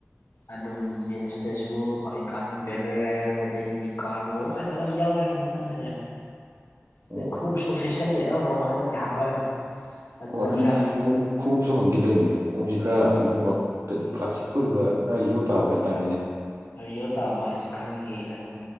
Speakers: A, on the left (about 85°); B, on the right (about 80°).
A: ꯑꯗꯨꯝ ꯖꯤꯟꯁꯇꯁꯨ ꯀꯥꯟꯅꯤ ꯄꯦꯔꯔꯦꯜ ꯑꯗꯩꯗꯤ ꯀꯥꯔꯒꯣ ꯑꯁ ꯑꯗꯨꯝ ꯌꯥꯎ ꯍꯣꯏꯗ ꯃꯈꯟ ꯐꯅ꯭ꯌꯥꯝ
B: ꯑꯣ
A: ꯂꯩ ꯈꯨꯃꯨꯛꯁꯨ ꯑꯅꯧꯅꯧꯕ ꯍꯟꯗꯛꯇꯤ ꯍꯥꯞꯄꯛꯑꯅꯤ ꯑꯗꯨꯗ
B: ꯑꯣ ꯑꯗꯨꯅꯤ
A: ꯈꯔ
B: ꯑꯩꯁꯨ ꯈꯣꯡꯎꯞ ꯈꯣꯡꯎꯞꯁꯨ ꯍꯪꯒꯦꯗꯣꯏꯅꯤꯅꯦ ꯀꯣꯝꯁꯤ ꯈꯔ ꯑꯅꯧꯕ ꯀ꯭ꯂ ꯀ꯭ꯂꯥꯁꯤꯛ ꯑꯣꯏꯕ ꯈꯔ ꯌꯣꯠ ꯇꯥꯕ ꯍꯥꯏꯇꯥꯔꯦꯅꯦ
A: ꯈꯔ ꯌꯣ ꯇꯥꯕ ꯍꯧꯖꯤꯛꯀꯥꯟꯒꯤ ꯑꯗꯨꯝ